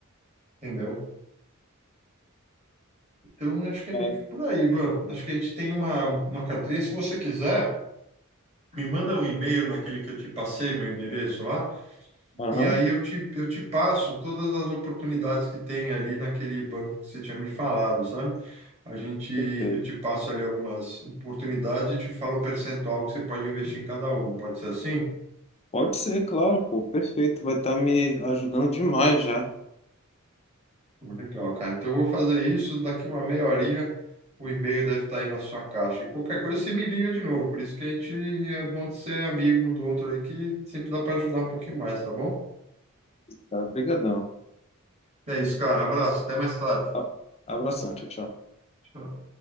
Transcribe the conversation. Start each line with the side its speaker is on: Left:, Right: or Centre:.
Right: entendeu? Então, acho que é meio
Left: É,
Right: que por aí, Ivan. Acho que a gente tem uma, uma carteirinha. Se você quiser, me manda um e-mail naquele que eu te passei, meu endereço lá.
Left: Aham,
Right: E aí eu te, eu te passo todas as oportunidades que tem ali naquele banco que você tinha me falado, sabe? A gente, eu
Left: perfeito.
Right: te passo ali algumas oportunidades e te falo o percentual que você pode investir em cada um. Pode ser assim?
Left: Pode ser, claro, pô, perfeito. Vai estar me ajudando demais já.
Right: Legal, cara. Então eu vou fazer isso, daqui uma meia horinha o e-mail deve estar aí na sua caixa. E qualquer coisa você me liga de novo. Por isso que a gente é bom de ser amigo um do outro aí, que sempre dá para ajudar um pouquinho mais, tá bom?
Left: Cara, brigadão.
Right: é isso, cara. Abraço, até mais tarde.
Left: A- Abração, tchau, tchau.
Right: Tchau.